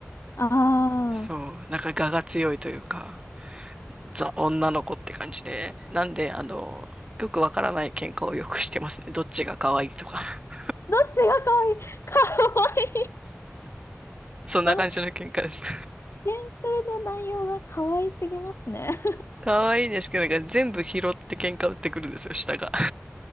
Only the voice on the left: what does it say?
あ
あ。
どっちが可愛い <laughs> 可愛い
その、研究の内容が可愛すぎますね。